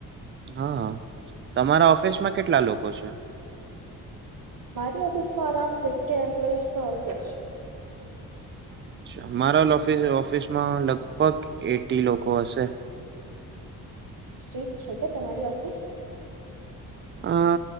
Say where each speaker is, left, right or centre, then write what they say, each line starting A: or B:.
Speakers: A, on the right; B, on the right.
A: હા તમારા ઓફિસમાં કેટલા લોકો છે?
B: મારી ઓફિસમાં અરાઉન્ડ ફિફી એમ્પ્લોઈઝ તો હશે જ.
A: અચ્છા મારાિસ ઓફિસમાં લગભગ એટી લોકો હશે.
B: સ્ટ્રીટ છે કે તમારી ઓફિસ?
A: અ